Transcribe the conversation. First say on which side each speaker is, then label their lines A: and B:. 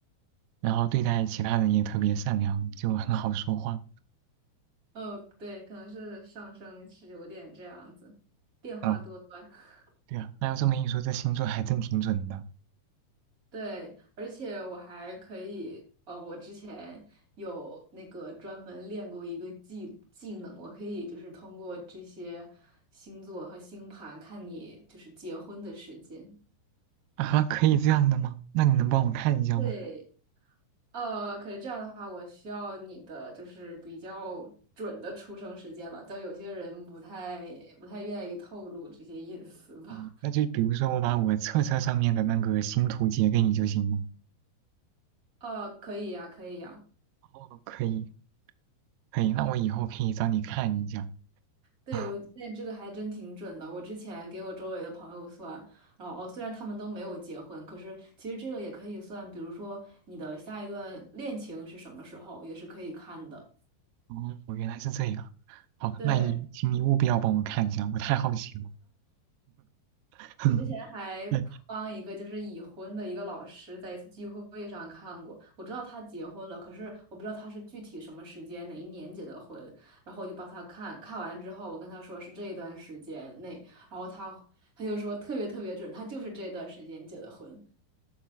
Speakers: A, on the right (about 80°); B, on the right (about 20°).
A: 然后对待其他人也特别善良，就很好说话。
B: 哦，对，可能是上升是有点这样子，变化多端。
A: 嗯，
B: <laughs>
A: 对啊，那要这么一说，这星座还真挺准的。
B: 对，而且我还可以，呃，我之前有那个专门练过一个技技能，我可以就是通过这些星座和星盘看你就是结婚的时间。
A: 啊，可以这样的吗？那你能帮我看一下吗？
B: 对，呃，可是这样的话，我需要你的就是比较准的出生时间了，但有些人不太不太愿意透露这些隐私吧。
A: 哦，
B: <laughs>
A: 那就比如说我把我册册上面的那个星图截给你就行了。
B: 呃，可以呀，可以呀。
A: 哦，可以，可以，那我以后可以找你看一下。
B: 对，
A: <laughs>
B: 我发现这个还真挺准的。我之前给我周围的朋友算，然后哦，虽然他们都没有结婚，可是其实这个也可以算，比如说你的下一段恋情是什么时候，也是可以看的。
A: 啊，哦，原来是这样。好，
B: 对，
A: 那你请你务必要帮我看一下，我太好奇了。<laughs>
B: 我之前还帮一个就是已婚的一个老师在一次聚会上看过，
A: 对
B: 我知道他结婚了，可是我不知道他是具体什么时间哪一年结的婚，然后我就帮他看，看完之后我跟他说是这一段时间内，然后他他就说特别特别准，他就是这段时间结的婚。